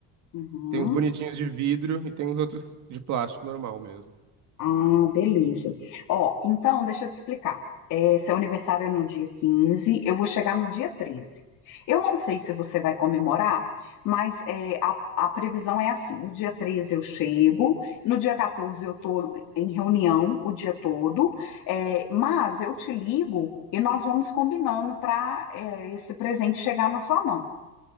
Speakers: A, on the left; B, on the right.
A: Uhum.
B: Tem uns bonitinhos de vidro e tem uns outros de plástico normal mesmo.
A: Ah, beleza. Ó, então, deixa eu te explicar. É, seu aniversário é no dia 15, eu vou chegar no dia 13. Eu não sei se você vai comemorar, mas é, a, a previsão é assim: no dia 13 eu chego, no dia 14 eu estou em reunião o dia todo, é, mas eu te ligo e nós vamos combinando para esse presente chegar na sua mão.